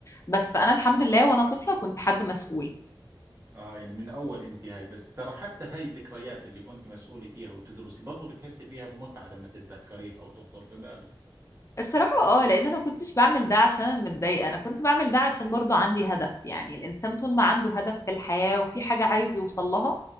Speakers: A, on the left; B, on the right.
A: بس فانا الحمد لله وانا طفلة كنت حد مسؤول
B: آه يعني من أول أنت هاي بس ترى حتى هاي الذكريات اللي كنت مسؤولة فيها وتدرسي برضو بتحسي فيها بمتعة لما تتذكريها أو تخطر في بالك
A: الصراحة اه لان انا كنتش بعمل ده عشان انا متضايقة انا كنت بعمل ده عشان برضو عندي هدف يعني الانسان طول ما عنده هدف في الحياة وفي حاجة عايز يوصل لها